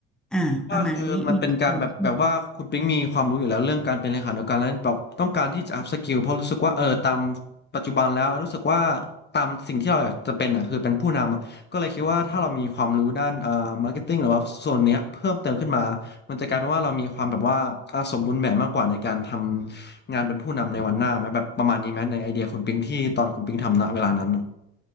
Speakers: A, in the centre; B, on the left.
A: อ่าประมาณนี้มีปัจจัย
B: ว่าคือมันเป็นการแบบแบบว่าคุณปิ๊งมีความรู้อยู่แล้วเรื่องการเป็นเลขานุการแล้วแบบต้องการที่จะ up skill เพราะรู้สึกว่าเออตามปัจจุบันแล้วรู้สึกว่าตามสิ่งที่เราอยากจะเป็นอ่ะคือเป็นผู้นำอะก็เลยคิดว่าถ้าเรามีความรู้ด้านเอ่อ marketing หรือว่าส่วนเนี้ยเพิ่มเติมขึ้นมามันจะกลายเป็นว่าเรามีความแบบว่าอ่าสมบูรณ์แบบมากกว่าในการทำงานเป็นผู้นำในวันหน้าไหมแบบประมาณนี้ไหมในไอเดียคุณปิ๊งที่ตอนคุณปิ๊งทำณเวลานั้นอะ